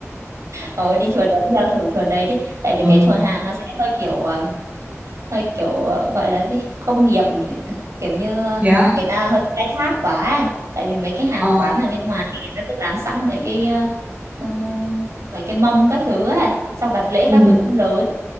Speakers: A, on the right; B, on the right.
A: ờ đi chùa đấy, đeo thử chùa đấy đi. Tại
B: Ừ.
A: vì cái chùa Hà nó sẽ hơi kiểu ờ, hơi kiểu ờ, gọi là gì? Công nghiệp kiểu như ờ,
B: Thế á?
A: người ta hơi khai thác quá. à. Tại vì mấy cái hàng
B: Ờ.
A: quán ở bên ngoài thì người ta cứ bán sẵn mấy cái ờ, ừm, mấy cái mâm các thứ á, Xong đặt lễ
B: Ừ.
A: các thứ cũng lớn.